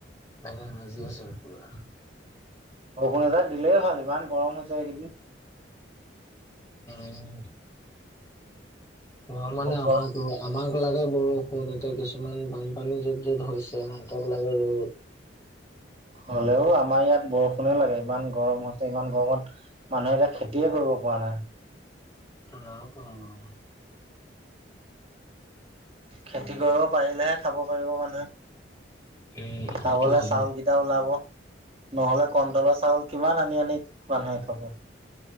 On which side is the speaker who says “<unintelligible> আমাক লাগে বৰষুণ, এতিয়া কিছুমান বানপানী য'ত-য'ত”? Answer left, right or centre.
Left